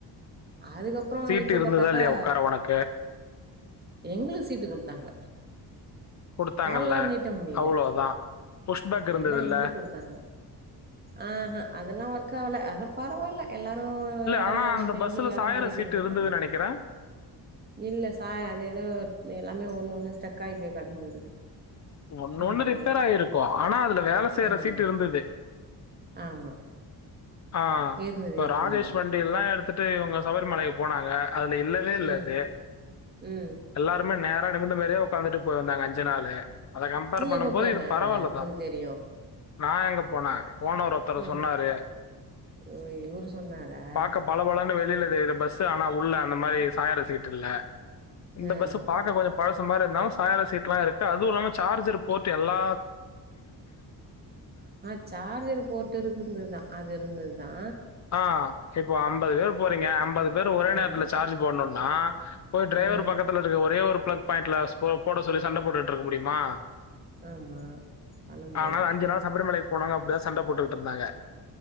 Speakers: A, on the right; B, on the left.
A: அதுக்கப்புறம்
B: சீட்டு
A: இப்பப்த்தாக்கா
B: இருந்ததா இல்லையா உட்கார உனக்கு?
A: எங்களுக்கு சீட்டு கொடுத்தாங்க
B: குடுத்தாங்கல்ல.
A: கால்லாம் நீட்ட முடியல
B: அவ்வளோதான். புஷ் பேக் இருந்ததுல்ல?
A: எல்லாம் ஆ எங்களுக்கு கொடுத்தாங்க ஆஹ்ஹ அதெல்லாம் ஒர்க் ஆகல அதல்லா பரவாயில்ல எல்லாரும் இடம்
B: ஆனா
A: இல்ல இருந்தப்ப
B: அந்த பஸ்ல
A: எங்களுக்கு இடம்
B: சாயற
A: ஒதுக்கி
B: சீட்டு
A: கொடுத்தாங்க
B: இருந்ததுன்னு நெனைக்கிறேன்.
A: இல்ல சாய அது எதோ எல்லாமே ஒன்னும் <unintelligible> கடந்தது
B: ஒன்னொன்னு
A: பண்ணல
B: ரிப்பேர் ஆயிருக்கோ ஆனா அதுல வேல சேற
A: ஆமா
B: சீட்டு இருந்துது
A: ஆமா
B: ஆஹ்
A: இருந்தது
B: இப்ப
A: இருந்தது
B: ராஜேஷ் வண்டி எல்லா எடுத் துட்டு இவங்க சபரிமலைக்கு போனாங்க அதுல இல்லவேயில்லது
A: ம் ம்
B: எல்லாருமே நேரா தகுந்தமாறியே ஒக்காந்துட்டு போயிருந்தாங்க அஞ்சு நாளு அத கம்பேர்
A: நீ
B: பண்ணும்போது
A: எப்ப போன
B: இது பரவாயில்லதா
A: அதுல உனக்கு தெரியு
B: நா எங்க போனே போன ஒரு ஒருத்தர்
A: ம்
B: சொன்னாரு
A: ஓ இவரு சொன்னாரா
B: பார்க்க பல பலன்னு வெளியில இது பஸ் ஆனா உள்ள அந்த மாரி சாயிர சீட்டுயில்ல இந்த
A: ம்
B: பஸ் பார்க்க கொஞ்சோ பழசு மாரி இருந்தாலோ சாயிர சீட்லாயிருக்கு அதுவு இல்லாம சார்ஜர் போட்டுயெல்லா
A: ஆஹ் சார்ஜர் போட்டு இருக்குதுதா அது இருந்துதுதா
B: ஆஹ் இப்போ அம்பது பேர் போறீங்க அம்பது பேர் ஒரே
A: ஆமா
B: நேரத்துல சார்ஜ் போடணோ னா போய் டிரைவர்
A: ஆ
B: பக்கத்துல இருக்க ஒரே ஒரு பிளக் பாயிண்ட்ல போட சொல்லி சண்ட போட்டுட்டுயிருக்க முடியுமா
A: ஆமா பண்ண முடியாது
B: ஆனால அஞ்சு நாள் சபரிமலை போனாங்க அப்டிதா சண்ட போட்டுக்குட்டு இருந்தாங்க